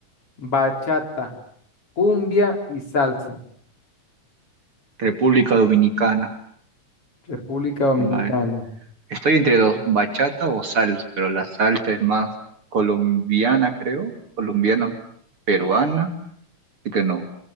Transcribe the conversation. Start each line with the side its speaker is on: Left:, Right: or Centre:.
Left: bachata, cumbia y salsa.
Right: República Dominicana.
Left: República Dominicana.
Right: Vale. Estoy entre dos, bachata o salsa, pero la salsa es más colombiana, creo, colombiana, peruana, así que no.